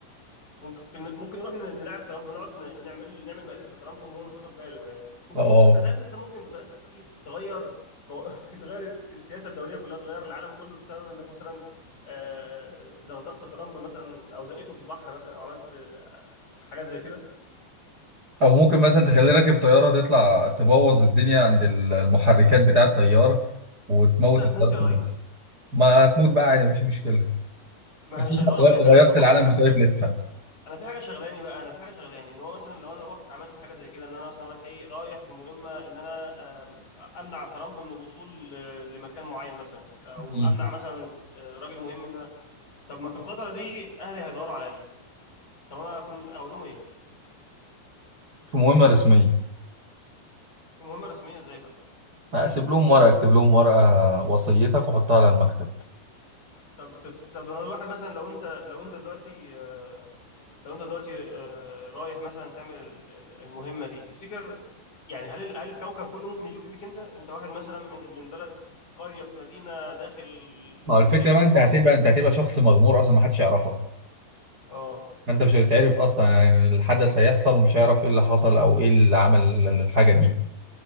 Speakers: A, on the left (about 20°); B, on the right (about 65°).
A: ممكن ممكن نروح نلعب ترامب ونقعد ن- نعمل نعمل مقلب في ترامب وهو مش واخد باله يعني ممكن
B: اه
A: تخيل انت ممكن بطريقتك دي تغير مو... <laughs> تغير السياسه الدوليه كلها تغير العالم كله بسبب انك مثلا آه، زغزغت ترامب مثلا او زقيته في البحر مثلا او عملت حاجات زي كده
B: او ممكن مثلا تخليه راكب طياره تطلع تبوظ الدنيا عند ال- المحركات بتاع الطيار وتموت
A: انت هتموت
B: الطياره
A: يا
B: كلها
A: ريس
B: ما تموت بقى عادي مفيش مشكله
A: ما
B: بس
A: مش
B: اسمع
A: هيدوروا
B: غ-
A: عليك
B: غيرت
A: طب
B: العالم
A: اقول لك على
B: بطريقه
A: حاجه
B: لفه
A: انا في حاجه شغلاني بقى انا في حاجه شغلاني ان هو مثلا لو انا رحت عملت حاجه زي كده ان انا مثلا رايح ايه رايح في مهمه ان انا آم، امنع ترامب من الوصول ل- لمكان معين مثلا او
B: مم.
A: امنع مثلا آه، راجل مهم ان انا طب ما في الفتره دي اهلي هيدوروا عليا طب انا اكون اقول لهم ايه
B: في مهمه رسميه
A: في مهمه رسميه ازاي بقى
B: اكتب لهم ورقه اكتب لهم ورقه وصيتك وحطها على المكتب
A: طب تف... طب أنا الواحد مثلا لو انت لو انت دلوقتي آه، لو انت دلوقتي آه، رايح مثلا تعمل ال- ال- المهمه دي تفتكر يعني هل ال- هل الكوكب كله ممكن يشك فيك انت انت واحد مثلا من من بلد في قريه في مدينه داخل
B: ما هو الفكرة
A: الدلتا
B: بقى انت
A: في مصر
B: هتبقى انت هتبقى شخص مغمور اصلا ما حدش يعرفك
A: اه
B: فانت مش هتتعرف اصلا يعني الحدث هيحصل ومش هيعرف ايه اللي حصل او ايه اللي عمل الحاجة دي